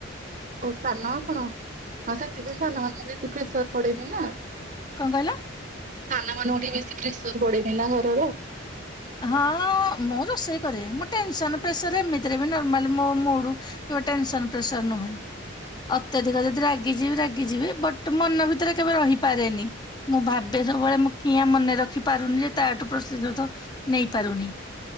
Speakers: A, on the right (about 40°); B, on the left (about 20°).
A: ଓ ସାନ ଆପଣ ହଁ ସେଥିପାଇଁ ସାନ ମାନଙ୍କୁ ବେଶି ପ୍ରେସର୍ ପଡେଇନି ନା।
B: କଣ କହିଲ?
A: ସାନ ମାନଙ୍କୁ ଟିକେ ବେଶୀ ପ୍ରେସର ପଡେନି ନା ଘରର।
B: ହଁ ମୁଁ ରୋଷେଇ କରେ ମୁଁ ଟେନସନ ପ୍ରେସର ଏମିତିରେ ବି ନର୍ମାଲ ମୋ ମୁଡ଼ କେବେ ଟେନସନ ପ୍ରେସର ନୁହେଁ। ଅତ୍ୟଧିକ ଯଦି ରାଗିଯିବ ରାଗିଯିବି ବଟ ମନ ଭିତରେ କେବେ ରହିପାରେନି। ମୁଁ ଭାବେ ସବୁବେଳେ ମୁଁ କିଆଁ ମନେ ରଖି ପାରୁନି ଯେ ତାଠୁ ପ୍ରତିଶୋଧ ନେଇପାରୁନି।